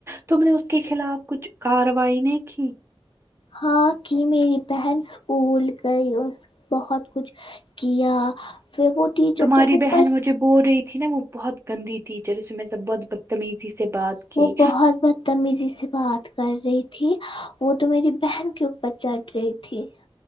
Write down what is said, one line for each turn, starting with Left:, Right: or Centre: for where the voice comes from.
Right: تو میں نے اس کے خلاف کچھ کاروائی نہیں کی
Left: ہاں کہ میری بہن اسکول گئی اور بہت کچھ کیا پھر وہ ٹیچر
Right: تمہاری
Left: تو اوپر
Right: بہن مجھے بول رہی تھی نا وہ بہت گندی ٹیچر اس میں سے بہت بدتمیزی سے بات کی
Left: وہ بہت بدتمیزی سے بات کر رہی تھی وہ تو میری بہن کے اوپر چڑھ رہی تھی